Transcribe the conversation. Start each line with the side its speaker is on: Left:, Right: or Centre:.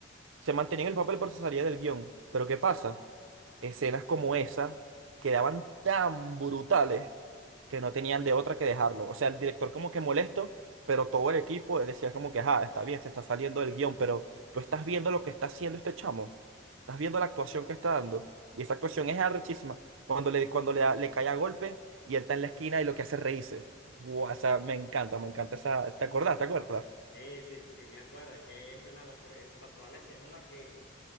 Right: Se mantenía en el papel pero se salía del guión. Pero ¿qué pasa? Escenas como esa quedaban tan brutales que no tenían de otra que dejarlo. O sea, el director como que molesto, pero todo el equipo él decía como que, ajá, está bien, se está saliendo del guión, pero tú estás viendo lo que está haciendo este chamo. Estás viendo la actuación que está dando. Y esa actuación es arrechísima. Cuando le, cuando le, da- le cae a golpe y él está en la esquina y lo que hace es reírse. Guau, o sea, me encanta, me encanta esa... ¿Te acordás? ¿Te acuerdas?
Left: Sí, sí, sí, me acuerdo, es que es una locura. O sea, toda la escena en la que,